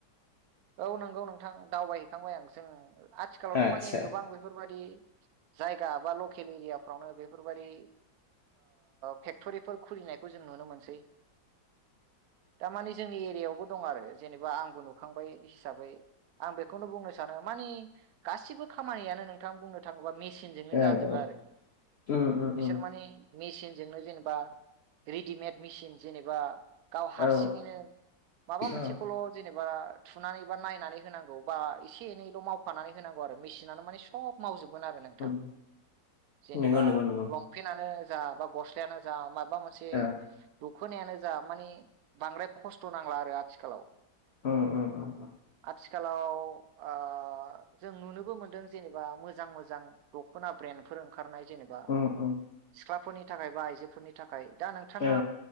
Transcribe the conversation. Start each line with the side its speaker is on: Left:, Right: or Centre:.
Right: औ नंगौ नोंथां दावबायहैखांबाय आं जों आथिखालावथ'
Left: आतसा
Right: माने गोबां बेफोरबायाददि जायगा बा लकेल एरियाफ्रावनो बेफोरबादि फेक्ट'रिफोर खुलिनायखौ जों नुनो मोनसै दारमाने जोंनि एरियायावबो दं आरो जेनेबा आंबो नुखांबाय हिसाबै आं बेखौनो बुंनो सानो मानि गासिबो खामानियानो नोंथां बुंनो थाङोबा मे सिनजोंनो
Left: औ
Right: जाजोबो
Left: औ
Right: आरो
Left: उम उम
Right: बिसोर
Left: उम
Right: माने मेसिनजोंनो जेनेबा रेडिमेड मेसिन जेनेबा गाव हारसिङैनो
Left: औ
Right: माबा मोनसेखौल'
Left: औ
Right: जेनेबा थुनानै बा नायनानै होनांगौ बा एसे एनैल' मावफानानै होनांगौ आरो मेसिनानो माने सब मावजोबो गोन आरो नोंथां
Left: उम
Right: जेनेबा
Left: नंगौ नंगौ नंगौ
Right: लंफेनानो जा बा गस्लायानो जा मा माबा मोनसे
Left: औ
Right: दखनायानो जा माने बांद्राय खस्थ' नांला आरो आथिखालाव
Left: <inaudible>
Right: आथिखालाव आ जों नुनोबो मोनदों जेनेबा मोजां मोजां दख'ना ब्रेन्ड फोर ओंखारनाय जेनेबा
Left: उम उम
Right: सिख्लाफोरनि थाखाय बा आइजोफोरनि थाखाय दा नोंथाङा
Left: औ